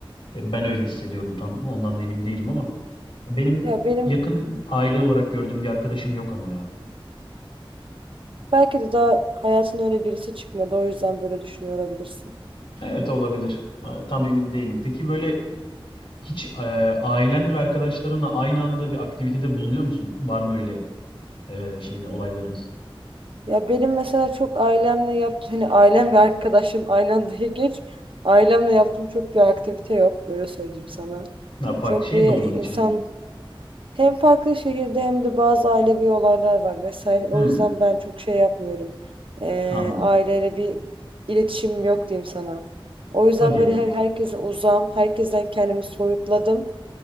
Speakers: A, on the left; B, on the right.
A: e, ben öyle hissediyorum tam ondan da emin değilim ama benim
B: Ya benim
A: yakın aile olarak gördüğüm bir arkadaşım yok ama ya.
B: belki de daha hayatın öyle birisi çıkmadı o yüzden böyle düşünüyor olabilirsin.
A: Evet olabilir. Aa, Tam emin değilim. Peki böyle Hiç e, ailen ve arkadaşlarınla aynı anda bir aktivitede bulunuyor musun? Var mı öyle e, şeyle olaylarınız?
B: Ya benim mesela çok ailemle yaptığım hani ailem ve arkadaşım aynı anda <laughs> geç ailemle yaptığım çok bir aktivite yok öyle söyleyeyim sana.
A: Ya farklı
B: Çok
A: şehirde
B: bir
A: olduğun
B: insan
A: için mi?
B: Hem farklı şehirde hem de bazı ailevi olaylar var vesaire. O
A: Hmm,
B: yüzden ben çok şey yapmıyorum. Ee,
A: anladım.
B: aileyle bir iletişim yok diyeyim sana. O yüzden
A: Hadi ya.
B: böyle her herkese uzağım. Herkesten kendimi soyutladım.